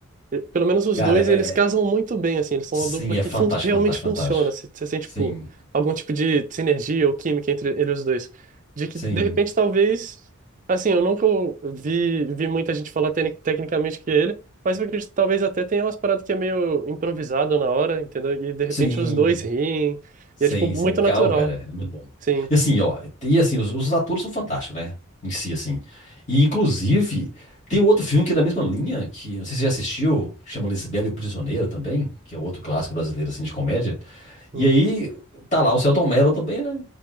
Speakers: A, on the right; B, on the left.
A: eh, pelo menos os
B: Cara,
A: dois,
B: é.
A: eles casam muito bem assim, eles são
B: Sim,
A: uma dupla
B: é
A: que,
B: fantástico,
A: fun que realmente
B: fantástico,
A: funciona.
B: fantástico.
A: Você você sente
B: Sim,
A: tipo algum tipo de sinergia ou química entre, entre os dois. De que
B: sim,
A: de repente talvez assim, eu nunca vi vi muita gente falar tec tecnicamente que é ele Mas eu acredito que talvez até tenha umas paradas que é meio improvisado na hora, entendeu? E de repente
B: sim,
A: os dois riem.
B: sim,
A: E é, tipo, muito
B: sim. Cara,
A: natural.
B: oh, cara, é muito bom.
A: Sim.
B: E assim, ó, e assim, os, os atores são fantásticos, né? Em si, assim. E inclusive, tem outro filme que é da mesma linha, que não sei se você já assistiu, chama Lisbela e o Prisioneiro também, que é outro clássico brasileiro, assim, de comédia.
A: Hum,
B: E aí tá lá o Celton Mello também, né?